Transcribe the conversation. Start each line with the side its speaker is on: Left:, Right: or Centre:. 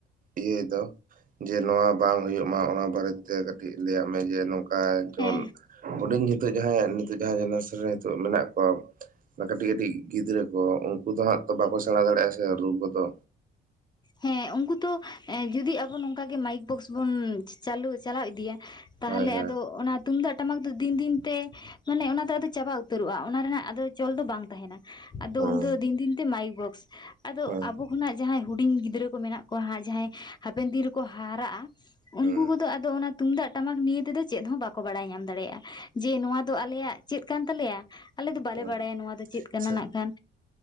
Right: ᱤᱭᱟᱹᱭ ᱫᱚ ᱡᱮ ᱱᱚᱣᱟ ᱵᱟᱝ ᱦᱩᱭᱩᱜ ᱢᱟ ᱚᱱᱟ ᱵᱟᱨᱮᱛᱮ ᱠᱟᱹᱴᱤᱡ ᱞᱟᱹᱭᱟᱜ ᱢᱮ ᱡᱮ ᱱᱚᱝᱠᱟ ᱡᱮᱢᱚᱱ
Left: ᱦᱮᱸ
Right: ᱦᱩᱰᱤᱧ ᱱᱤᱛᱚᱜ ᱡᱟᱦᱟᱸᱭ ᱱᱤᱛᱚᱜ ᱡᱟᱦᱟᱸ ᱡᱮᱨᱮᱥᱚᱱ ᱨᱮ ᱱᱤᱛᱚᱜ ᱢᱮᱱᱟᱜ ᱠᱟᱜ ᱠᱚᱣᱟ ᱠᱟᱹᱴᱤᱡ ᱠᱟᱹᱴᱤᱡ ᱜᱤᱫᱽᱨᱟᱹ ᱠᱚ ᱩᱱᱠᱩ ᱫᱚ ᱦᱟᱸᱜ ᱛᱚ ᱵᱟᱠᱚ ᱥᱮᱬᱟ ᱫᱟᱲᱮᱭᱟᱜᱼᱟ ᱥᱮ ᱨᱩ ᱠᱚᱫᱚ
Left: ᱦᱮᱸ ᱩᱱᱠᱩ ᱛᱚ ᱡᱚᱫᱤ ᱟᱵᱚ ᱱᱚᱝᱠᱟᱜᱮ ᱢᱟᱭᱤᱠ ᱵᱚᱠᱥ ᱵᱩᱱ ᱪᱩ ᱪᱟᱞᱟᱣ ᱤᱫᱤᱭᱟ ᱛᱟᱦᱚᱞᱮ
Right: ᱦᱳᱭ ᱦᱳᱭ
Left: ᱟᱫᱚ ᱚᱱᱟ ᱛᱩᱢᱫᱟᱜ ᱴᱟᱢᱟᱠ ᱫᱤᱱ ᱫᱤᱱ ᱛᱮ ᱢᱟᱱᱮ ᱚᱱᱟ ᱫᱚ ᱟᱫᱚ ᱪᱟᱵᱟ ᱩᱛᱟᱹᱨᱚᱜᱼᱟ ᱚᱱᱟ ᱨᱮᱱᱟᱜ ᱟᱫᱚ ᱪᱚᱞ ᱫᱚ ᱵᱟᱝ ᱛᱟᱦᱮᱱᱟ ᱟᱫᱚ
Right: ᱦᱮᱸ
Left: ᱩᱱᱫᱚ ᱫᱤᱱ ᱫᱤᱱᱛᱮ ᱢᱟᱭᱤᱠ ᱵᱚᱠᱥ ᱟᱫᱚ
Right: ᱦᱮᱸ
Left: ᱟᱵᱚ ᱠᱷᱚᱱᱟᱜ ᱡᱟᱦᱟᱸᱭ ᱦᱩᱰᱤᱧ ᱜᱤᱫᱽᱨᱟᱹ ᱠᱚ ᱢᱮᱱᱟᱜ ᱠᱚᱣᱟ ᱦᱟᱸᱜ ᱡᱟᱦᱟᱸᱭ ᱦᱟᱵᱮᱱ ᱫᱤᱱ ᱨᱮᱠᱚ ᱦᱟᱨᱟᱜᱼᱟ᱾ ᱩᱱᱠᱩ
Right: ᱦᱮᱸ
Left: ᱠᱚᱫᱚ ᱟᱫᱚ ᱚᱱᱟ ᱛᱩᱢᱫᱟᱜ ᱴᱟᱢᱟᱠ ᱱᱤᱭᱟᱹ ᱛᱮᱫᱚ ᱪᱮᱫ ᱦᱚᱸ ᱵᱟᱠᱚ ᱵᱟᱲᱟᱭ ᱧᱟᱢ ᱫᱟᱲᱮᱭᱟᱜᱼᱟ᱾ ᱡᱮ ᱱᱚᱣᱟ ᱫᱚ ᱟᱞᱮᱭᱟᱜ ᱪᱮᱫ ᱠᱟᱱ ᱛᱟᱞᱮᱭᱟ? ᱟᱞᱮ ᱫᱚ ᱵᱟᱞᱮ
Right: ᱦᱮᱸ
Left: ᱵᱟᱲᱟᱭᱟ ᱱᱚᱣᱟ ᱫᱚ ᱪᱮᱫ ᱠᱟᱱᱟ᱾
Right: ᱥᱮ
Left: ᱱᱟᱜ ᱠᱷᱟᱱ